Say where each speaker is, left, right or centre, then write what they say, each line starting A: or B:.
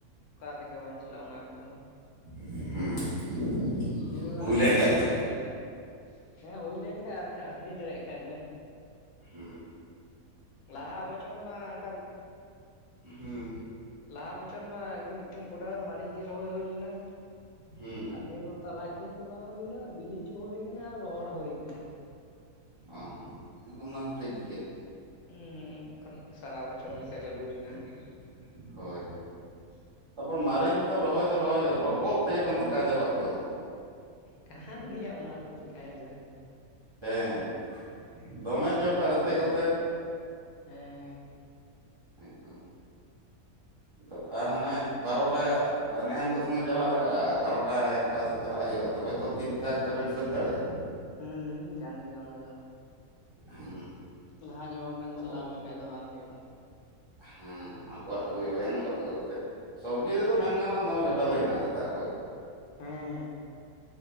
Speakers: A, on the left; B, on the right.
A: ᱚᱠᱟ ᱛᱮᱜᱮ ᱵᱟᱝ ᱪᱟᱞᱟᱜᱼᱟ ᱚᱱᱟ ᱠᱚᱫᱚ ᱾
B: ᱦᱩᱸ᱾
A: ᱡᱩᱫᱤ ᱵᱮᱱ
B: ᱦᱩᱭ
A: ᱟᱹᱠᱷᱨᱤᱧ
B: ᱞᱮᱱ ᱠᱷᱟᱡ
A: ᱫᱟᱲᱮᱭᱟᱜ
B: ᱫᱚ
A: ᱠᱷᱟᱱ ᱵᱮᱱ ᱦᱮᱸ ᱦᱳᱭ ᱞᱮᱱ ᱠᱷᱟᱡ ᱠᱷᱟᱜ ᱟᱹᱠᱷᱨᱤᱧ ᱫᱮᱭᱟᱜ ᱠᱷᱟᱡ ᱵᱮᱱ᱾
B: ᱦᱩᱸ᱾
A: ᱞᱟᱦᱟ ᱵᱚᱪᱷᱚᱨ ᱢᱟ ᱚᱝᱠᱟ
B: ᱦᱩᱸ᱾
A: ᱞᱟᱦᱟ ᱵᱚᱪᱷᱚᱨ ᱢᱟ ᱮᱠᱫᱚᱢ ᱢᱤᱫᱴᱮᱱ ᱜᱚᱰᱟ ᱨᱮ ᱢᱟᱹᱨᱤᱪ ᱜᱮ ᱨᱚᱦᱚᱭ ᱦᱩᱭ ᱞᱮᱱᱟ
B: ᱦᱩᱸ ᱦᱩᱸ
A: ᱫᱤᱭᱮ ᱯᱚᱨ ᱛᱟᱞᱟ ᱟᱠᱷᱟᱨᱤᱧ ᱠᱚ ᱵᱟᱝ ᱦᱩᱭᱱᱟ ᱵᱤᱞᱤᱪᱩ ᱦᱩᱭ ᱟᱠᱟᱱᱟ ᱟᱨ ᱨᱚᱦᱚᱲ ᱦᱳᱭ ᱠᱟᱱᱟ᱾
B: ᱚ ᱦᱮᱸ ᱚᱱᱟ ᱦᱚᱸ ᱴᱷᱤᱠ ᱜᱮᱭᱟ᱾
A: ᱦᱩᱸ᱾ ᱮᱠᱷᱚᱱ ᱥᱟᱨᱟ ᱵᱚᱪᱷᱚᱨ ᱞᱮᱠᱟ
B: ᱥᱟᱨᱟ
A: ᱪᱟᱹᱞᱩᱭᱮᱱᱟ
B: ᱵᱚᱪᱷᱚᱨ ᱪᱟᱹᱭ ᱫᱟ ᱦᱳᱭ ᱦᱳᱭ᱾ ᱛᱟᱨᱯᱚᱨ ᱢᱟᱹᱨᱤᱪ ᱫᱚ ᱨᱚᱦᱚᱭ ᱫᱚ ᱨᱚᱦᱚᱭ ᱜᱮ ᱟᱨ ᱜᱚᱫ ᱛᱮᱜᱮᱵᱮᱱ ᱛᱷᱟᱠᱟ ᱡᱟᱵᱟᱜ ᱫᱚ᱾
A: ᱠᱟᱱ ᱜᱮᱭᱟ ᱚᱱᱟ ᱫᱚ ᱪᱤᱠᱟᱹᱭᱟ ᱵᱮᱱ᱾
B: ᱦᱮᱸ ᱫᱚᱢᱮ ᱡᱚᱜ ᱟᱨ ᱨᱮᱛᱮ-ᱠᱚᱛᱮ᱾
A: ᱦᱮᱸ᱾
B: ᱮᱠᱫᱚᱢ ᱛᱚ ᱟᱨ ᱦᱟᱱᱮ ᱵᱟᱨᱚᱴᱟ ᱛᱚᱵᱚᱱᱮ ᱱᱤᱛᱳᱜ ᱥᱚᱢᱚᱭ ᱪᱟᱞᱟᱜ ᱞᱟᱜᱟᱜᱼᱟ ᱵᱟᱨᱚᱴᱟ ᱮᱠᱴᱟ ᱥᱮᱫ ᱪᱟᱞᱟᱜ ᱦᱳᱭᱳᱜᱼᱟ ᱛᱚᱵᱮ ᱛᱚ ᱛᱤᱱᱴᱟ ᱠᱚᱛᱮ ᱵᱮᱱ ᱥᱟᱹᱛ ᱫᱟᱲᱮᱭᱟᱜᱼᱟ᱾
A: ᱦᱩᱸ ᱠᱟᱱ ᱜᱮᱭᱟ ᱚᱱᱟ ᱫᱚ᱾
B: ᱦᱮᱸ
A: ᱞᱟᱦᱟ ᱧᱚᱜ ᱚᱢ
B: ᱛᱟᱯᱚᱨ
A: ᱪᱟᱞᱟᱣ ᱞᱮᱱᱠᱷᱟᱱᱡ ᱫᱚ ᱵᱟᱝ ᱦᱳᱭᱳᱜᱼᱟ᱾
B: ᱦᱮᱸ ᱜᱚᱫ ᱟᱹᱜᱩᱭᱵᱮᱱ ᱜᱚᱫ ᱟᱹᱜᱩ ᱠᱟᱛᱮᱜ ᱥᱚᱵᱽᱡᱤ ᱨᱮᱫᱚ ᱢᱮᱱ ᱜᱟᱱᱚᱜᱼᱟ ᱫᱚᱢᱮ ᱜᱟᱰᱟᱞᱟᱹᱭᱮᱱᱟ ᱥᱮᱛᱟᱜ᱾ ᱦᱳᱭ᱾
A: ᱦᱮᱸ